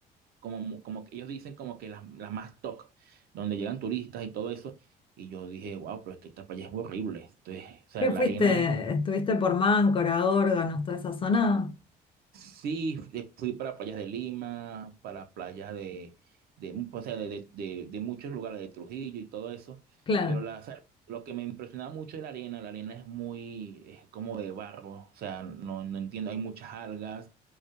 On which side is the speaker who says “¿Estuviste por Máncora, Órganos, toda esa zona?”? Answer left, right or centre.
Left